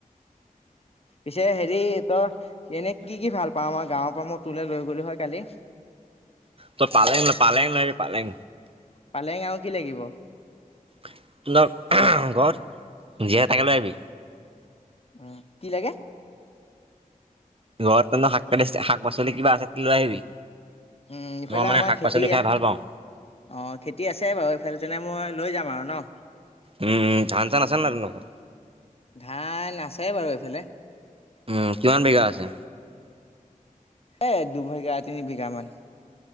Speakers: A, on the left (about 45°); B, on the right (about 40°).
A: পিছে হেৰি তই এনে কি, কি ভাল পা আমাৰ গাঁৱৰ পৰা মই তোৰলৈ লৈ গলো হয় কালি।
B: ত, পালেং ন, পালেং নি, পালেং
A: পালেং আৰু কি লাগিব?
B: ত, ল ঘৰত যীয়হ তাকে লৈ আহিবি।
A: উম, কি লাগে?
B: ঘৰত তন্তো শাক পাতি শাক-পাচলি কিবা আছে, লৈ আহিবি।
A: উম, ইফালে
B: মই মানে
A: আমাৰ
B: শাক
A: খেতি
B: পাচলি খাই ভাল পাওঁ
A: অ, খেতি আছে বাৰু এইফালে তেনে মই লৈ যাম আৰু ন।
B: উমম চান চান আছে ন, নফৰ
A: ধান নাচায় বাৰু এইফালে
B: উ, কিমান বিঘা আছে।
A: এই দুবিঘা, তিনি বিঘামান।